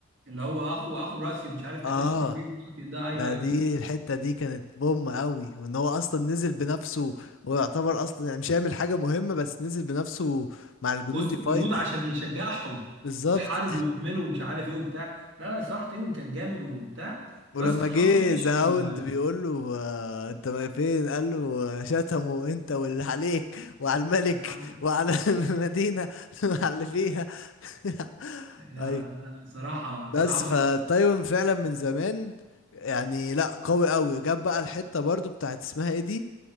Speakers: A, on the right; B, on the left.
A: اللي هو اخو اخو راسيون مش عارف كان
B: اه
A: اسمه ايه راسيون ده ايوه
B: ده
A: ايوه
B: دي الحتة دي كانت بوم قوي وان هو اصلا نزل بنفسه ويعتبر اصلا يعني مش هيعمل حاجة مهمة بس نزل بنفسه مع الجنود
A: وسط
B: يفايت
A: الجنود عشان يشجعهم
B: بالظبط
A: وحاربوا وعملوا ومش عارف ايه وبتاع لا لا صراحة ايوب كان جامد وبتاع
B: ولما
A: بس كان
B: جه
A: حظه وحش
B: ذا
A: في ال
B: هاوند بيقول له آه، انت ما فين قال له آه، شتمه انت واللي عليك وعلى الملك
A: <laughs>
B: وعلى <laughs> المدينة وعلى اللي فيها <laughs>
A: لا لا
B: ايوه
A: لا، صراحة
B: بس
A: صراحة بص
B: فتايوان فعلا من زمان يعني لا قوي قوي جاب بقى الحتة برضو بتاعت اسمها ايه دي